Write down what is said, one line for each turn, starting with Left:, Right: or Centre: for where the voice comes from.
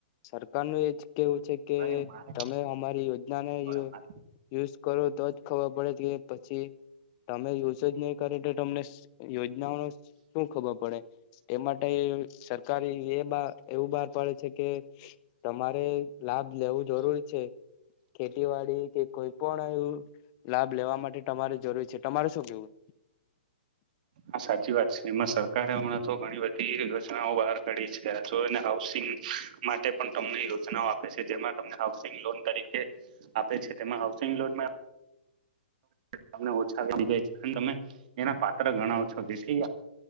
Left: સરકારનું એજ કેવું છે કે
Right: એમાં
Left: તમે અમારી યોજનાને
Right: હા
Left: યુઝ કરો તોજ ખબર પડે કે પછી તમે યુઝ જ ની કરે તો તમને યો યોજનાઓ નું શું ખબર પડે, એ માટે સરકારે એ બહાર, એવું બહાર પાડે છે કે તમારે લાભ લેવું જરૂરી છે. ખેતીવાડી કે કોઈ પણ એ લાભ લેવા માટે તમારે જરૂરી છે. તમારે શું કેવું?
Right: હા, સાચી વાત છે. એમાં સરકારે હમણાં તો ઘણી બધી યોજનાઓ બહાર કાઢી છે. જોને હાઉસિંગ માટે પણ તમને યોજના આપે છે, જેમાં તમને હાઉસિંગ લોન તરીકે આપે છે, તેમા હાઉસિંગ લોનમાં તમને ઓછા <inaudible> તમે એના પાત્ર <unintelligible> જેથી